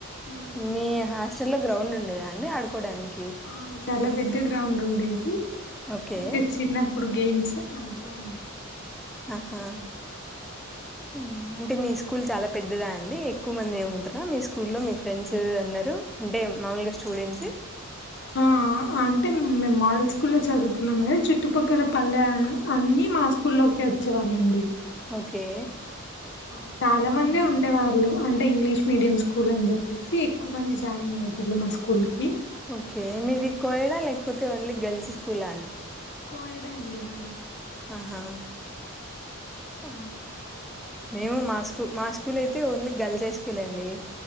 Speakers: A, on the left; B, in the centre.
A: ఉమ్ అంతే
B: మీ హాస్టల్ లో గ్రౌండ్ ఉండేదా ఆడుకోవడానికి
A: ఆ చాలా పెద్ద గ్రౌండ్ ఉండేది
B: ఓకే
A: ఇంకా చిన్నప్పుడు గేమ్ అంతే అండి
B: ఆహా మ్ అంటే మీ స్కూల్ చాలా పెద్దదా అండి ఎక్కువ మంది ఉంటారా మీ స్కూల్ లో మీ ఫ్రెండ్స్ అందరు అంటే మామూలుగా స్టూడెంట్స్
A: ఆ అంటే మేము మాడల్ స్కూల్లో చదువుకున్నాం కదా చుట్టుపక్కల పల్లె అని అన్నీ మా స్కూల్లోకి వచ్చేవాళ్ళండి
B: ఓకే
A: ఆ చాలా మందే
B: ఆ!
A: ఉండే వాళ్ళు అంటే ఇంగ్లీష్ మీడియం స్కూల్ అని చెప్పేసి ఎక్కువ మంది జాయిన్ అయ్యేటర్లు మా స్కూల్కి
B: ఓకే మీది కోయడా లేకపోతే ఓన్లీ గెల్స్ స్కూలా అండి
A: కోయడే అండి మాది
B: ఆహా ఆ
A: ఉ
B: మేము మా స్కూల్ మా స్కూల్ అయితే ఓన్లీ గర్ల్స్ హై స్కూల్ అండి